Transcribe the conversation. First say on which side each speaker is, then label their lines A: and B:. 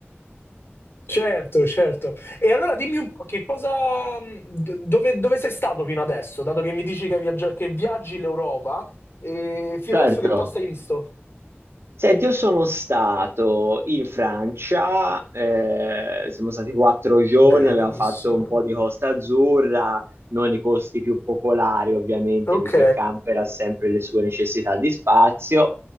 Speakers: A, on the left; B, on the right.
A: Certo, certo. E allora dimmi un po' che cosa... mm, d- Dove, dove sei stato fino adesso? Dato che mi dici che, hai viaggia- che viaggi l'Europa, e fino
B: Certo,
A: adesso che posto hai visto?
B: Senti, io sono stato in Francia, eh, siamo stati quattro giorni,
A: Bellissimo.
B: abbiamo fatto un po' di Costa Azzurra, non i posti più popolari ovviamente
A: Ok.
B: perché il camper ha sempre le sue necessità di spazio